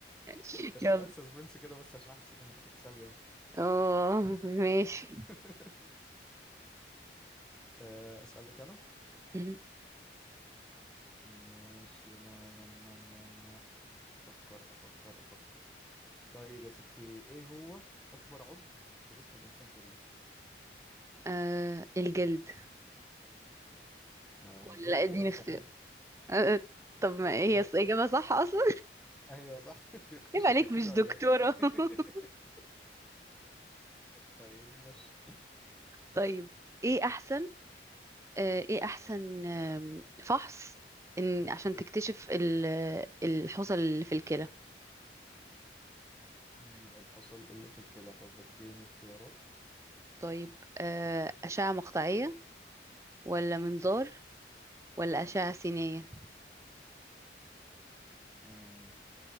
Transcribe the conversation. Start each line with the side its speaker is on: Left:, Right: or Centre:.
Right: <laughs>
Centre: ده شوية
Right: يلا
Centre: سسبنس كده بس عشان احسسك انك هتكسبي يعني.
Right: اه ماشي
Centre: <laughs> آه، أسألك أنا
Right: مهم.
Centre: ماشي نا نا نا نا نا نا. أفكر أفكر أفكر طيب يا ستي إيه هو أكبر عضو في جسم الإنسان كله
Right: آه الجلد
Centre: آه،
Right: ولا
Centre: من غير
Right: لا
Centre: اختيارات
Right: اديني اختيار
Centre: كمان
Right: آه آه، طب ما هي
Centre: ده
Right: إجابة صح أصلا
Centre: أيوه صح <laughs> أنت
Right: <laughs>
Centre: ما كنتش
Right: يبقى عليك
Centre: متأكدة
Right: مش
Centre: ولا
Right: دكتورة
Centre: إيه
Right: <laughs>
Centre: <laughs> طيب ماشي
Right: طيب ايه أحسن آه، ايه احسن آم، فحص ان عشان تكتشف ال- الحصى اللي في الكلى
Centre: أمم، الحصى اللي في الكلى طب اديني اختيارات
Right: طيب آه، اشعة مقطعية ولا منظار ولا اشعة سينية
Centre: أمم،